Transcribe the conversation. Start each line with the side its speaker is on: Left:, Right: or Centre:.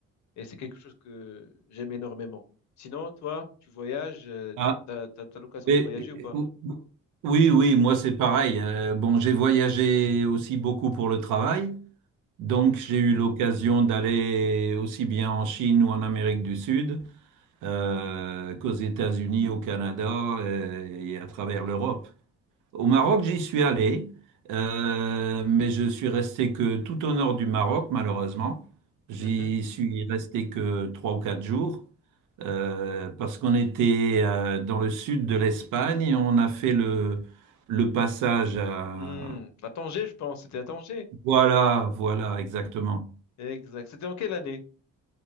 Left: Et c'est quelque chose que j'aime énormément. Sinon, toi, tu voyages, euh,
Right: Ah,
Left: t'as, t'as, t'as l'occasion
Right: et,
Left: de voyager ou
Right: et-
Left: pas?
Right: oui, oui, moi c'est pareil. Euh, bon, j'ai voyagé aussi beaucoup pour le travail. Donc
Left: Mhm.
Right: j'ai eu l'occasion d'aller aussi bien en Chine ou en Amérique du Sud euh, qu'aux États-Unis, au Canada euh, et à travers l'Europe. Au Maroc, j'y suis allé, euh, mais je suis resté que tout au nord du Maroc, malheureusement. J'y
Left: Mhm.
Right: suis resté que trois ou quatre jours euh, parce qu'on était euh, dans le sud de l'Espagne et on a fait le, le passage à...
Left: Hmm, À Tanger, je pense. C'était à Tanger.
Right: Voilà, voilà, exactement.
Left: Exact. C'était en quelle année?